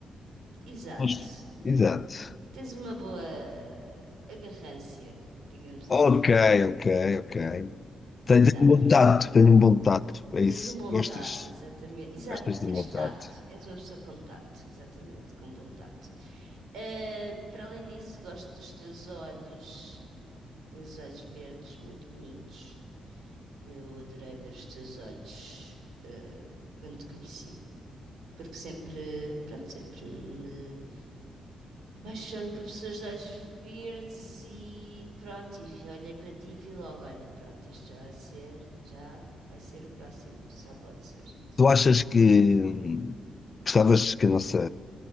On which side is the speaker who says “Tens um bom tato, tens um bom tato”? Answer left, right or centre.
Left